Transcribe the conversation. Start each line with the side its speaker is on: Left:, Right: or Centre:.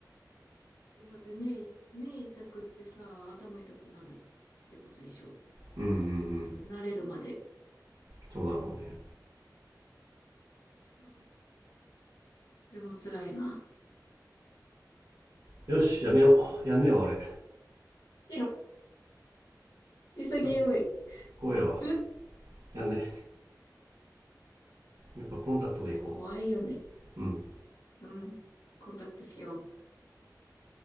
Left: そうだって目、目痛くってさ、頭痛くなるってことでしょ。
Right: うんうんうん
Left: それ慣れるまで。
Right: そうだろうね
Left: そうそれも辛いな。
Right: よしやめようやんねえわ俺
Left: いや、潔い。
Right: ちょっと怖えわ
Left: <laughs>
Right: やんねえやっぱコンタクトでいこ
Left: いや、怖いよね。
Right: ううん
Left: うん。コンタクトしよう。